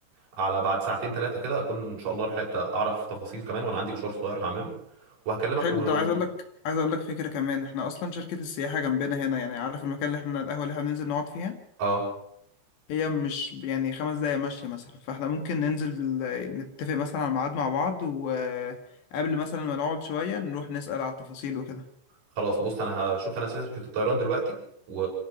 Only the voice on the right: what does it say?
على بعد ساعتين ثلاثه كده اكون ان شاء الله لحقت اعرف تفاصيل كمان وانا عندي مشوار صغير هعمله وهكلمك
و...
اه
خلاص بص انا هشوف انا شركة الطيران دلوقتي و...